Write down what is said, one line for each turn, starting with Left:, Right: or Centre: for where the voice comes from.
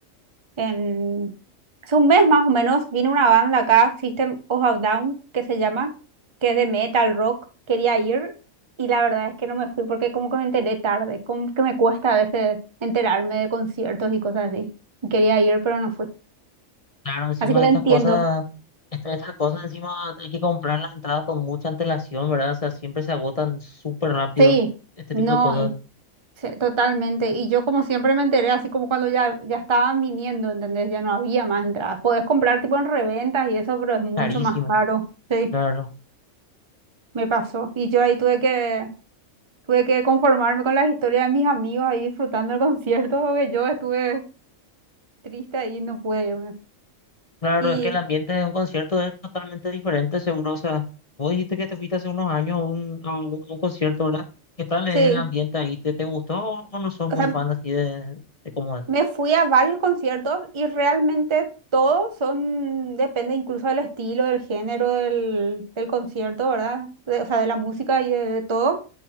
Right: En, hace un mes más o menos vino una banda acá, System of a Down, que se llama, que es de metal rock. Quería ir y la verdad es que no me fui porque como que me enteré tarde, como que me cuesta a veces enterarme de conciertos y cosas así. Y Quería ir, pero no fui.
Left: Claro, encima
Right: Así que
Left: de
Right: te
Left: estas
Right: entiendo.
Left: cosas, esta- estas, cosas encima hay que comprar las entradas con mucha antelación, ¿verdad? O sea, siempre se agotan súper rápido
Right: Sí,
Left: este
Right: no,
Left: tipo de cosas,
Right: y- sí, totalmente. Y yo como siempre me enteré, así como cuando ya, ya estaban viniendo, ¿entendés? Ya no había más entradas. Podés comprar tipo en reventas y eso, pero es mucho
Left: carísimo,
Right: más caro. Sí.
Left: claro.
Right: Me pasó. Y yo ahí tuve que Tuve que conformarme con las historias de mis amigos ahí disfrutando el <laughs> concierto, porque yo estuve triste ahí y no pude irme.
Left: Claro,
Right: Y
Left: es que el ambiente de un concierto es totalmente diferente, seguro. O sea, vos dijiste que te fuiste hace unos años a un, a un, a un concierto, ¿verdad? ¿Qué tal es
Right: sí,
Left: el ambiente ahí? ¿Te, te gustó o, o no sos
Right: o
Left: muy
Right: sea,
Left: fan así de, de cómo es?
Right: Me fui a varios conciertos y realmente todos son, depende incluso del estilo, del género del, del concierto, ¿verdad? De- o sea, de la música y de, de todo.